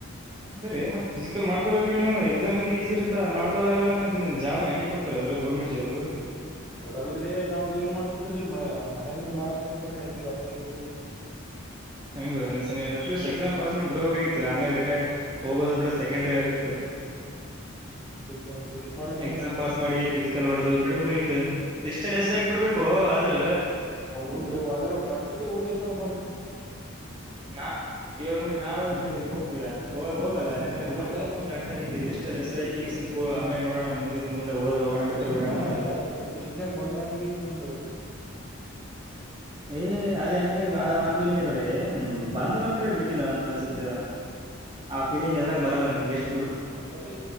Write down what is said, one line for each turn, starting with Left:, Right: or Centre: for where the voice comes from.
Right: ಅದೇ ಮತ್ ಫಿಸಿಕಲ್ ಮಾಡ್ಕೊಬೇಕ್ರೀ ನೀವು ಎಕ್ಸಾಮ ನ್ ಈಸಿ ಇರತ್ತಾ ಮಾಡ್ಕೋದಾಗ್ಲಿಲ್ಲ ಮತ್ತೆ ಜಾಬನ್ ಹಂಗೆ ಕೊಡ್ತಾರೆ ಅದ್ರ ಗೌರ್ಮೆಟ್ ಜಾು
Centre: ಕೊಡಲ್ರಿ ನಾವ್ ಏನ್ ಮಾಡ್ಬಿಟ್ರಿ ಮ ಮನಗನ್ ಬ್ಯಾಡ ಅಂತ ಅಂದ್ರಿ ಅಲ್ಲಿ ಅಪ್ಪಾಯಬಿ
Right: ಹಂಗು ಇನ್ನು ಸಷ್ಟ
Centre: ನಾವ್
Right: ಎಕ್ಸಾಮ ಪಾಸ್ ಮಾಡಿ ಬಿಡಬೇಕಾಗಿತ್ತು ಆಮ್ಯಲೆ ರಿಟೈರ್ಡ್ ಹೋಗೋದ ಬಿಡ ಕಂಡ್ರಿ ಆಗಿತ್ತು
Centre: ನೋಡ್ರಿ ಮಾಡಕ್
Right: ಎಕ್ಸಾಮ್ ಪಾಸ್ ಮಾಡಿ ಫಿಸಿಕಲ್ ಹೊಡೆದು ಬಿಡ್ಬೇಕಾಗಿತ್ತು ಇಷ್ಟಲ್ಲಿ ಹೆಸ್ರಾಗಿ ಬಿಡ್ಬೇಕು ಆದ್ರೂ
Centre: ಹೌದ್ರೀ ಬರ್ತದೆ ಒಂದೇ ಸ್ಲ ಬರ್ತದೆ
Right: ನಾ ಇವಾಗ ನೋಡಿ ನಾವ ಆದ್ರೆ ಇದಕ್ ಹೋಗ್ತಿವ ಹವಾಗ ಹೋಗಲ್ಲ ಯಾಕಂದ್ರೆ
Centre: ಹೋಗಲ್ರಿ
Right: ನಮ್ದು
Centre: ಯಾಕ
Right: ಒಂದಂದು ಆಟ ಐತಿ ಲ್ಟ್ ಹೆಸರಾಕಿ
Centre: ಲಿಸ್ಟ್
Right: ಆಮ್ಯೆ ನೋಡೋಣ ಮುಂದಿನ ಮುಂದೆ ಹದ್ರ ಹೋಗೋಣ ಬಿಟ್ರ ಬಿಡೋಣ
Centre: ಹಾ
Right: ಅಂತ
Centre: ಯಾಕ್ರ ಲ ಇಷ್ಟನಾಗ ಬಂದ ಅಂತ ಇಷ್ಟು ಬಂದರು
Right: ಏ ಅದ ಹೆಂಗ ಅ ಆ ಫೀಲಿಂಗ್ ಬ
Centre: ಹ್ಮ್
Right: ಬಂದ್ ನೌಕ್ರ ಬಿಟ್ಟಿನ ಅಂತ ಅನ್ಸುತ್ತೇವ ಆ ಫೀಲಿಂಗ್ ಎದ್ರಾಗ ಬರಲ್ಲ ನಿನ್ಗೆ ಎಷ್ಟು
Centre: ಅದ್ರೀ